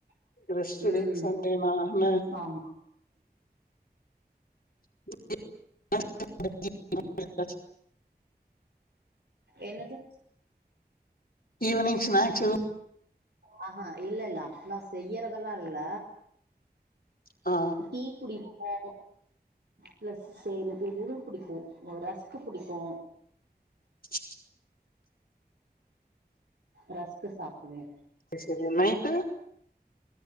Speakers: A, on the right (about 85°); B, on the left (about 60°).
A: <unintelligible>
B: ரெஸ்ட்
A: ம்
B: டே சண்டேனா என்ன
A: ஆம்
B: <inaudible>
A: என்னது
B: ஈவ்னிங் ஸ்நாக்ஸ் எது
A: ஆ ஹா இல்லெல்ல அப்பில்லா செய்யறதெல்லா இல்ல
B: ஆ
A: டீ குடிப்போ ப்ளஸ் <unintelligible> புடிக்கு ரஸ்க்கு புடிக்கு
B: <inaudible>
A: ரஸ்க்கு சாப்டுவே
B: சேர் சேரி நைட்டு